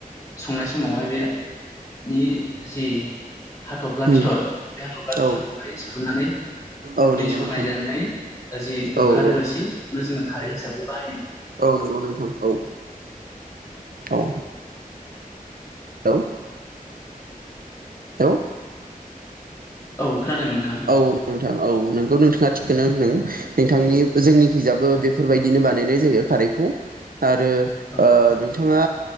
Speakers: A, on the left; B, on the right.
A: संनाय समावहाय बेनि जि हाथफ्ला
B: उम
A: फिथर बे हाथ'फ्ला फिथरखौहाय
B: औ
A: थुनानै
B: औ
A: दै
B: नंगौ
A: सरनाय
B: नोंथां
A: जानानै जि ओंखारो
B: औ औ
A: रोसि नो जोङो। खारै हिसाबै बाहायनाय
B: औ नंगौ नोंथां औ औ <unintelligible> औ।
A: औ। खोनादों नोंथां।
B: औ नोंथां औ नोंगौ नोंथाङा थिखोननो होनदों। नोंथांनि जोंनिखैजाबो बेफोरबायदिनो बानायनाय जायो खारैखौ। आरो
A: औ
B: ओ
A: नोंथां
B: नोंथाङा